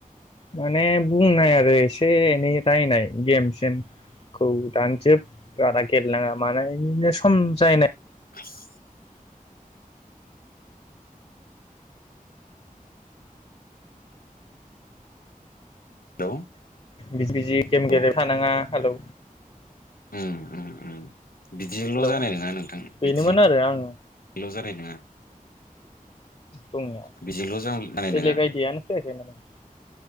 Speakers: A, on the left; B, on the left.
A: माने बुंनाय आरो एसे एनै रायनाय गेम सेमखौ दानजोब बारा गेलेनाङा माने बिदिनो सम जायनाय
B: <unintelligible> हेलौ
A: बिज बिजि गेम
B: औ
A: गेलेबाय थानाङा हेल'
B: उम उम बिदिंल'
A: हेलौ
B: जानाय नङा नोंथां
A: बेनोमोन
B: बिदिंल'
A: आरो आं
B: जानाय नङा
A: दङ'
B: बिजोंल' जानाय
A: बेलेग
B: नङा
A: आयदियानो फैयाखै माने